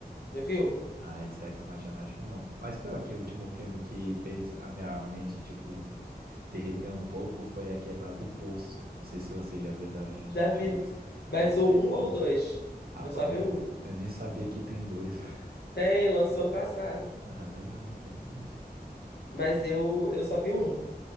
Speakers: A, on the left; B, on the right.
A: Já viu?
B: Ah, esse Ex Machina acho que não. Mas pior que o último filme que fez a minha mente, tipo, derreter um pouco foi aquele lá do Poço. Não sei se você já viu da original
A: Já
B: Netflix.
A: vi.
B: É
A: Mas
B: esse
A: ou
B: daí.
A: um
B: fez.
A: ou dois.
B: Rapaz,
A: Eu só vi
B: eu
A: um.
B: eu nem sabia que tem o dois. <laughs>
A: Tem, lançou ano passado.
B: Ah, legal, interessante.
A: Mas eu, eu só vi um.